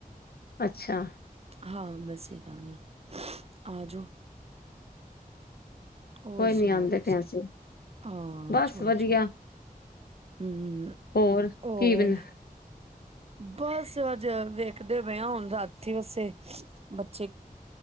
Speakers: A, on the left; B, on the right.
A: ਅੱਛਾ
B: ਹਾਂ ਮੈਂ ਸੀ ਦਾਗੀ, ਆ ਜੋੋ ਹੋਰ
A: ਕੋਈ
B: ਸੁਣਾਓ
A: ਨੀ ਆਉਂਦੇ
B: ਤੁਸੀਂ,
A: ਪਏ ਅਸੀਂ
B: ਹਾਂ
A: ਬਸ
B: ਆਜੋ
A: ਵਧੀਆ
B: ਆਜੋ ਹੂ
A: ਹੋਰ
B: ਹੋਰ
A: ਕੀ ਬਣ
B: ਬਸ ਅੱਜ ਵੇਖਦੇ ਪਏ ਹ ਹੁਣ ਰਾਤੀ ਵਾਸਤੇ, ਬੱਚੇ